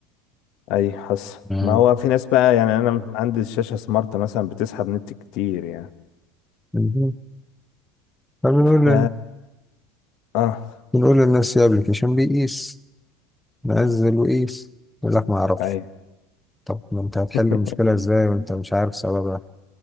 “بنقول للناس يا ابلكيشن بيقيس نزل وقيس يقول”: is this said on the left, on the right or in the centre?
Centre